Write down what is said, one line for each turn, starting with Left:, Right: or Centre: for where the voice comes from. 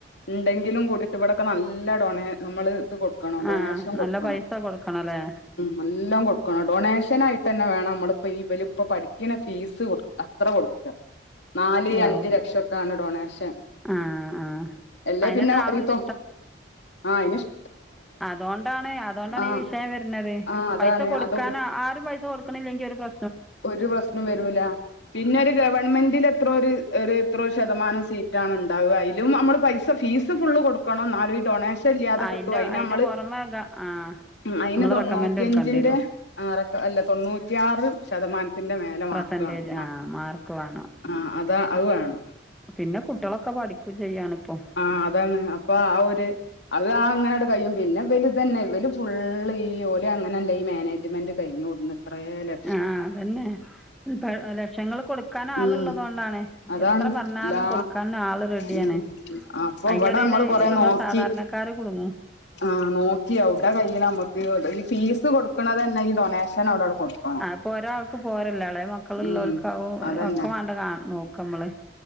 Left: ഉണ്ടെങ്കിലും കൂട്ടിട്ട് ഇവിടെക്കെ നല്ല ഡോണേ നമ്മള് ത് കൊടുക്കണം ഡൊണേഷം
Centre: ആഹ്
Left: കൊടുക്കണം
Centre: നല്ല പൈസ കൊടുക്കണല്ലേ
Left: ഉം നല്ലൊകൊടുക്കണം ഡോൺസ യായിട്ട് തന്നെ വേണം നമ്മളിപ്പോ ഇബ ലിപം പഠിക്കണ ഫീസ് കൊടുക്ക അത്ര കൊടുക്ക നാല്
Centre: യോ
Left: അഞ്ച് ലക്ഷംക്കാണ് ഡൊണേഷൻ.
Centre: ആഹ് ആഹ്
Left: അല്ലേ
Centre: അയിനന്നെ
Left: പിന്നെ ഒരീത്തം
Centre: ആളുണ്ട്
Left: ആ ഇപ്പ ശ
Centre: അതൊണ്ടാണ് അതൊണ്ടാണ്
Left: ആഹ്
Centre: ഈ വിഷയം വരുനത്.
Left: ആഹ് അതാണ്
Centre: പൈസ കൊടുക്കാന്
Left: അതും
Centre: ആരും പൈസ കൊടുക് ക്ക്ണില്ലെങ്കി ഒരു പ്ര
Left: ഒരു പ്രശ്നം വരൂല. പിന്നെ ഒരു ഗവൺമെന്റിൽ എത്രോരു ഒരു എത്രോ ശതമാനം സീറ്റാണ് ഉണ്ടാവുക. അതിലും നമ്മള് പൈസ ഫീസ് ഫുള്ള് കൊടുക്കണം ന്നാലും ഡൊണേഷൻ ഇല്ലാതെ
Centre: അയിന്റെ
Left: കിട്ടും അയിനമ്മള്
Centre: അയിന്റെ പുറമെ ഗ ആഹ്
Left: മ് അയിന്
Centre: നമ്മള്
Left: തൊണ്ണൂറ്റിയഞ്ചിന്റെ
Centre: റെക്കമെന്റ് കൊടുക്കേണ്ടി വരും
Left: ആറക്കെ അല്ല തൊണ്ണൂറ്റിയാറ് ശതമാനം. ത്തിന്റെ മേലെ
Centre: പെർസെന്റേജ്
Left: മാർക്ക് വേണം
Centre: ആഹ് മാർക്ക് വേണം
Left: ആ അത അത് വേണം
Centre: പിന്നെ കുട്ടികളൊക്കെ പഠിക്കും ചെയ്യാണിപ്പോ
Left: ആഹ് അതാണ് അപ്പ ആ ഒര്.. അത് ആ അങ്ങട് കഴിയും പിന്നെ പിന്നെ തന്നെ ഇവല് ഫുള്ള് ഈ ഓലെ അങ്ങനെല്ല ഈ മാനേജ്മെന്റ് കഴിഞ്ഞു.. ഒന്നെത്രേലെ
Centre: ആഹ് അതന്നെ ത ലക്ഷങ്ങള് കൊടുക്കാൻ ആൾള്ളതുകൊണ്ടാണ്.
Left: ഉം അതാണ്
Centre: എത്ര പറഞ്ഞാലും
Left: എല്ലാ
Centre: കൊടുക്കാൻ ആള് റെഡി
Left: ഉം
Centre: ആ യാണ്
Left: അപ്പൊ
Centre: അയിന്റെടേല്
Left: ഇവിടെ നമ്മള് കൊറെ
Centre: നമ്മളെ
Left: നോക്കി
Centre: സാധാരണക്കാര് കുടുങ്ങും
Left: ആഹ് നോക്കിയവിടെ കയ്യിണമ്മക്ക് ഈ ഫീസ് കൊടുക്കണതന്നെ ഈ ഡൊണേഷൻ അവിടട് കൊടുക്കും
Centre: ആപ്പോ ഒരാൾക്ക് പോരല്ലോ? എളെ മക്കള് ഇള്ളോൽക്കാവും
Left: ഉം അതന്നെ
Centre: ഒക്കെ വേണ്ട കാ നോക്ക നമ്മള്